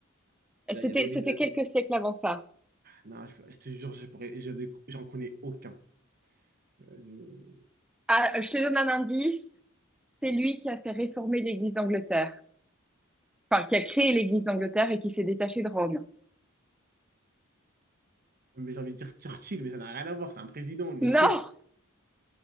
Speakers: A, on the right; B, in the centre.
A: il
B: C'était,
A: y avait Elisabeth.
B: c'était quelques siècles avant ça.
A: Non, je, je te jure, je pourrais, je j'en connais aucun. Je-
B: Ah, je te donne un indice. C'est lui qui a fait réformer l'Église d'Angleterre. Enfin, qui a créé l'Église d'Angleterre et qui s'est détaché de Rome.
A: Mais j'ai envie de dire Churchill, mais ça n'a rien à voir, c'est un président, lui.
B: Non,